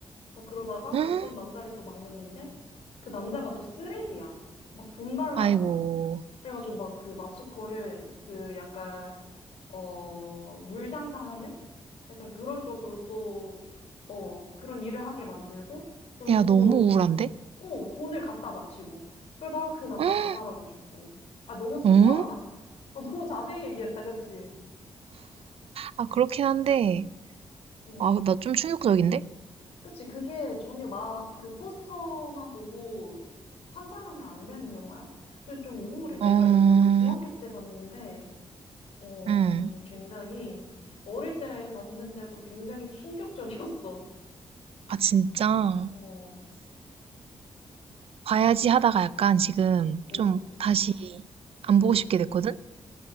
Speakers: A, on the left (about 85°); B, on the right (about 70°).
A: 막 그러다가
B: <gasps>
A: 어떤 남자를 또 만났는데 그 남자가 또 쓰레기야. 막 돈 달라
B: 아이고.
A: 그래. 그래가지고 막 그 마츠코를 그 약간 어, 물 장사하는? 약간 그런 쪽으로 또, 어, 그런 일을 하게 만들고, 그럼
B: 야
A: 또,
B: 너무 우울한데?
A: 어, 돈을 갖다 바치고. 그러다가 그 남자
B: <gasps>
A: 자살하고 죽고. 아, 너무 스포하나?
B: 어?
A: 어, 너무 자세히 얘기했다, 그치?
B: 아 그렇긴 한데.
A: 음.
B: 아 나 좀 충격적인데?
A: 그치, 그게 전혀 마, 그 포스터만 보고 판단하면 안 되는 영화야. 그래서 좀 우울해. 내가
B: 어.
A: 이거를 중학교 때 봤는데, 어,
B: 응.
A: 음, 굉장히, 어릴 때 봤는데도 굉장히 충격적이었어.
B: 아 진짜.
A: 어.
B: 봐야지 하다가 약간 지금
A: 음,
B: 좀 다시 안
A: 음.
B: 보고 싶게 됐거든?